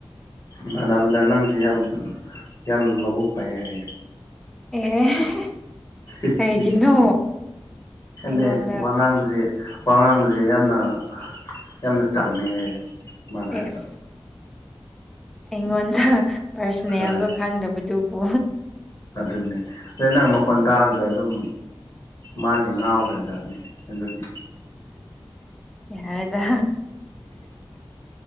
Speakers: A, on the left (about 40°); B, in the centre.
A: ꯃꯥꯟꯅꯕꯗ ꯅꯪꯖꯦ ꯌꯥꯝ ꯌꯥꯝ ꯃꯕꯨꯛ ꯐꯩꯌꯦ ꯍꯥꯏꯌꯦ꯫
B: ꯑꯦ
A: <unintelligible>
B: ꯀꯩꯒꯤꯅꯣ
A: ꯈꯟꯗꯦ
B: ꯑꯩꯉꯣꯟꯗ
A: ꯋꯥ ꯉꯥꯡꯕꯖꯦ ꯋꯥ ꯉꯥꯡꯕꯖꯦ ꯌꯥꯝꯅ ꯌꯥꯝꯅ ꯆꯝꯃꯦ ꯍꯥꯏꯌꯦ꯫ ꯃꯥꯅ
B: ꯑꯦꯁ
A: ꯍꯥꯏꯕ
B: ꯑꯩꯉꯣꯟꯗ ꯄꯔꯁꯅꯦꯜꯒ
A: ꯍꯣꯏ
B: ꯈꯪꯗꯕꯗꯨꯕꯨ
A: ꯑꯗꯨꯅꯦ ꯑꯗꯩ ꯅꯪ ꯃꯈꯣꯟ ꯇꯥꯕꯗ ꯑꯗꯨꯝ ꯃꯥꯖꯤ ꯉꯥꯎꯈ꯭ꯔ ꯖꯥꯠꯅꯤ ꯑꯗꯨꯗꯤ
B: ꯌꯥꯔꯦꯗ꯫